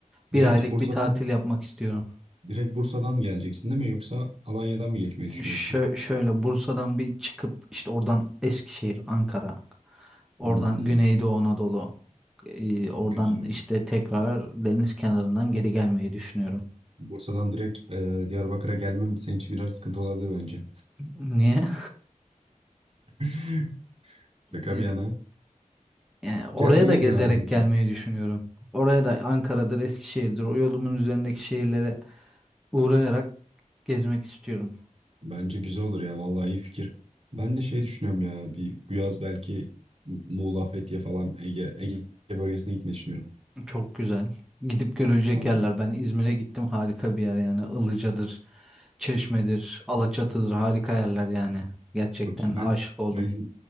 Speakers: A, on the right; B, in the centre.
A: Direkt
B: Bir aylık
A: Bursa'dan
B: bir tatil yapmak istiyorum.
A: direkt Bursa'dan geleceksin değil mi yoksa Alanya'dan mı geçmeyi düşünüyorsun?
B: Şö- şöyle Bursa'dan bir çıkıp işte oradan Eskişehir, Ankara, oradan
A: Hmm,
B: Güneydoğu Anadolu, e, oradan
A: Güzel.
B: işte tekrar deniz kenarından geri gelmeyi düşünüyorum.
A: Bursa'dan direkt e, Diyarbakır'a gelmem senin için biraz sıkıntı olabilir bence.
B: Niye?
A: <laughs> Şaka
B: <laughs>
A: bir yana.
B: E, Yani oraya
A: Gel gez
B: da gezerek
A: ya bence.
B: gelmeyi düşünüyorum. Oraya da Ankara'dır, Eskişehir'dir, o yolumun üzerindeki şehirlere uğrayarak gezmek istiyorum.
A: Bence güzel olur ya vallahi iyi fikir. Ben de şey düşünüyorum ya bir bu yaz belki Muğla, Fethiye falan Ege Ege bölgesine gitmeyi düşünüyorum.
B: Çok güzel. Gidip görülecek
A: Vallahi
B: yerler. Ben İzmir'e gittim harika bir yer yani Ilıca'dır. Çeşme'dir, Alaçatı'dır harika yerler yani. Gerçekten
A: çok iyi. Ben
B: aşık oldum.
A: ben, İz-